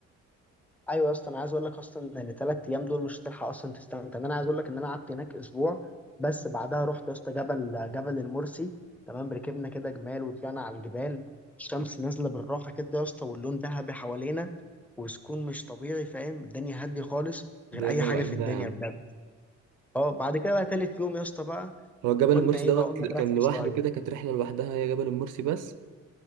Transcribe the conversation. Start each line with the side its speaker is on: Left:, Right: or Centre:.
Centre: ايوه يا اسطى انا عايز اقول لك اصلا ان الثلاث ايام دول مش هتلحق اصلا تستمتع انا عايز اقول لك ان انا قعدت هناك اسبوع بس بعدها رحت يا اسطى جبل جبل المرسي تمام ركبنا كده جمال وطلعنا على الجبال الشمس نازله بالراحه كده يا اسطى واللون ذهبي حوالينا وسكون مش طبيعي فاهم الدنيا هاديه خالص
Right: ده
Centre: غير
Right: إيه
Centre: اي
Right: الروقان
Centre: حاجه في الدنيا
Right: ده يا عم
Centre: بجد اه بعد كده بقى تالت يوم يا اسطى بقى
Right: هو جبل
Centre: قلنا
Right: المرسي
Centre: ايه
Right: دوت
Centre: بقى قلنا نرخي
Right: كان لوحده
Centre: شويه
Right: كده كانت رحلة لوحدها هي جبل المرسي بس